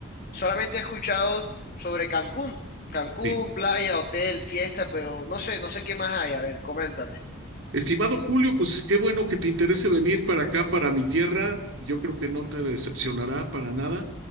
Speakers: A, on the left; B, on the right.
A: Solamente he escuchado sobre Cancún, Cancún,
B: Sí.
A: playa, hotel, fiesta, pero no sé, no sé qué más hay. A ver, coméntame.
B: Estimado Julio, pues qué bueno que te interese venir para acá, para mi tierra. Yo creo que no te decepcionará para nada.